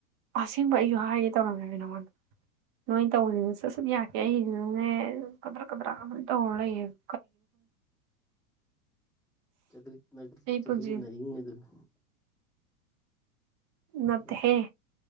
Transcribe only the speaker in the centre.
ꯆꯒ꯭ꯔꯤꯛ
ꯆꯍꯤꯡ
ꯅꯥꯍꯤꯡ ꯍꯥꯏꯗꯨꯅꯤ
ꯄꯨꯔꯥ